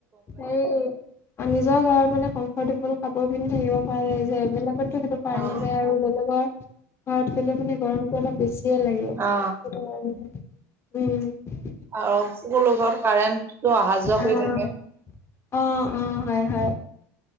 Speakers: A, on the left (about 30°); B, on the right (about 25°).
A: হে নিজৰ ঘৰত মানে কম। এফৰ্টেবল কাপোৰ পিন্ধি থাকিব পৰা যায় যে বেলেগতো সেইটো পাৰ
B: অ
A: নাযায় আৰু বেলেগৰ <unintelligible> ঘৰত গলে মানে গৰমটো অলপ বেছিয়ে লাগে সেইটো
B: অ
A: উম।
B: আৰু সকলো ঘৰ কাৰেন্টটো আহা যোৱা কৰি
A: অ
B: থাকে।
A: অ অ হয় হয়।